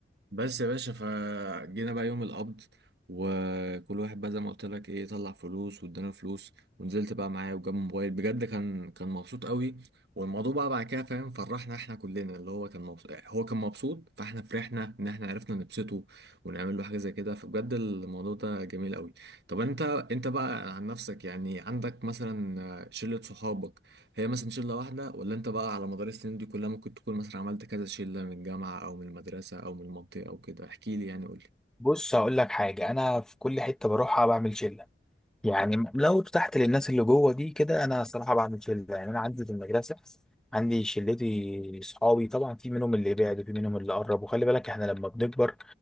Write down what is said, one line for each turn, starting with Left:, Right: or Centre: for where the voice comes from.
Right: بس يا باشا فجينا بقى يوم القبض وكل واحد بقى زي ما قلت لك ايه طلع فلوس وادانا فلوس ونزلت بقى معايا وجاب موبايل بجد كان كان مبسوط قوي والموضوع بقى بعد كده فاهم فرحنا احنا كلنا اللي هو كان مبسوط هو كان مبسوط فاحنا فرحنا ان احنا عرفنا نبسطه ونعمل له حاجه زي كده فبجد الموضوع ده جميل قوي طب انت انت بقى عن نفسك يعني عندك مثلا شله صحابك هي مثلا شلة واحدة ولا انت بقى على مدار السنين دي كلها ممكن تكون مثلا عملت كذا شلة من الجامعة او من المدرسة او من المنطقة او كده احكي لي يعني قول
Centre: بص هقول لك حاجه انا في كل حته بروحها بعمل شله يعني لو ارتحت للناس اللي جوه دي كده انا صراحه بعمل شله يعني انا عندي في المدرسه عندي شلتي صحابي طبعا في منهم اللي بعد وفي منهم اللي قرب وخلي بالك احنا لما بنكبر